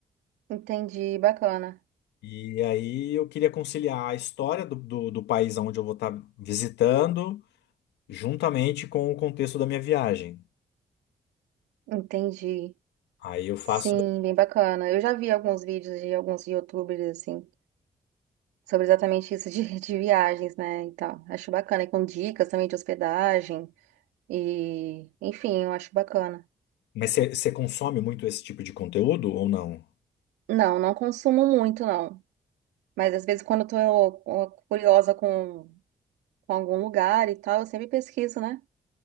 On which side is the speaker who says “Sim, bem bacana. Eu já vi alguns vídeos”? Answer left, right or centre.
Right